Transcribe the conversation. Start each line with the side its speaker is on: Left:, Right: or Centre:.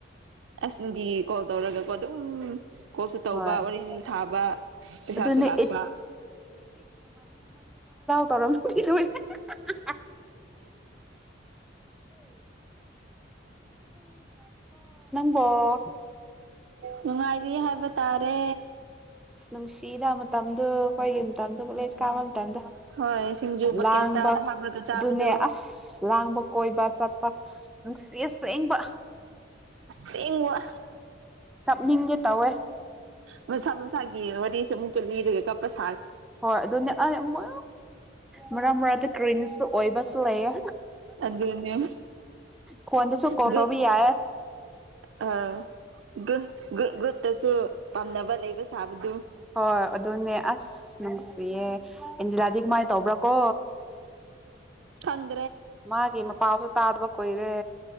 Right: ꯑꯁ ꯅꯨꯡꯇꯤꯒꯤ ꯀꯣꯜ ꯇꯧꯔꯒ ꯑꯗꯨꯝ ꯀꯣꯜꯁꯨ ꯇꯧꯕ
Centre: ꯍꯣꯏ
Right: ꯋꯥꯔꯤꯁꯨ ꯁꯥꯕ ꯄꯩꯁꯥꯁꯨ
Centre: ꯑꯗꯨꯅꯦ
Right: ꯂꯥꯛꯄ
Centre: ꯇꯔꯝ ꯄꯨꯁꯨ <unintelligible> ꯑꯣ
Right: ꯅꯨꯡꯉꯥꯏꯔꯤ ꯍꯥꯏꯕ ꯇꯥꯔꯦ
Centre: ꯑꯁ ꯅꯨꯡꯁꯤꯗ ꯃꯇꯝꯗꯨ ꯑꯩꯈꯣꯏꯒꯤ ꯃꯇꯝꯗꯨ ꯀꯣꯂꯦꯁ ꯀꯥ ꯃꯇꯝꯗ
Right: ꯍꯣꯏ ꯁꯤꯡꯖꯨ ꯕꯛꯀꯦꯠꯇ
Centre: ꯂꯥꯡꯕ
Right: ꯍꯥꯞꯔꯒ ꯆꯥꯕꯗꯣ
Centre: ꯑꯗꯨꯅꯦ ꯑꯁ ꯂꯥꯡꯕ ꯀꯣꯏꯕ ꯆꯠꯄ ꯅꯨꯡꯁ ꯌꯦ ꯁꯦꯡꯕ
Right: ꯆꯦꯡ ꯕ
Centre: ꯀꯞꯅꯤꯡꯒꯦ ꯇꯧꯋꯦ
Right: ꯃꯁꯥ ꯃꯁꯥꯒꯤ ꯋꯥꯔꯤ ꯆꯥꯃꯨꯛ ꯀ ꯂꯤꯔꯒ ꯀꯄꯥꯁ
Centre: ꯍꯣꯏ ꯑꯗꯨꯅꯦ ꯑꯩ ꯑꯃꯨ ꯃꯔꯛ ꯃꯔꯛ ꯇꯥ ꯀ꯭ꯔꯤꯟꯁꯇ ꯑꯣꯏꯕꯁꯨ ꯂꯩꯌꯦ
Right: ꯑꯗꯨꯅꯦ
Centre: ꯈꯨꯟꯗꯁꯨ ꯀꯣꯜ
Right: ꯒ꯭ꯔꯨꯞ
Centre: ꯇꯧꯕꯥ ꯌꯥ
Right: ꯑ ꯒ꯭ꯔꯨꯞ ꯒ꯭ꯔꯨꯞ ꯒ꯭ꯔꯨꯞꯇꯁꯨ ꯄꯥꯝꯅꯕ ꯂꯩꯕ ꯁꯥꯕꯗꯨ
Centre: ꯍꯣꯏ ꯑꯗꯨꯅꯦ ꯑꯁ ꯅꯨꯡꯁꯤꯌꯦ ꯏꯟꯖꯤꯌꯥꯗꯤ ꯀꯃꯥꯏꯅ ꯇꯧꯕ꯭ꯔꯥ ꯀꯣ
Right: ꯈꯪ
Centre: ꯃꯥꯒꯤ ꯃꯄꯥꯎꯁꯨ ꯇꯥꯗꯕ ꯀꯨꯏꯔꯦ